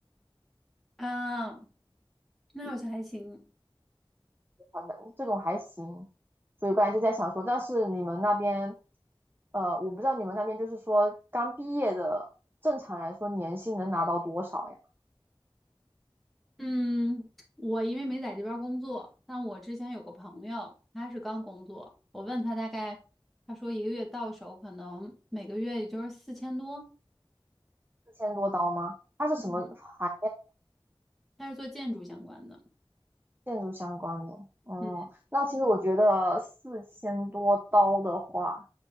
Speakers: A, in the centre; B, on the right (about 25°).
A: 啊，那好像还行。
B: 好像这种还行，所以我刚才就在想说，但是你们那边，呃，我不知道你们那边就是说刚毕业的，正常来说年薪能拿到多少呀？
A: 嗯，我因为没在这边儿工作，但我之前有个朋友，他是刚工作，我问他大概，他说一个月到手可能每个月也就是四千多。
B: 四千多刀吗？它是什么行业？
A: 嗯，他是做建筑相关的，
B: 建筑相关的。哦、
A: 嗯，
B: 那其实我觉得四千多刀的话，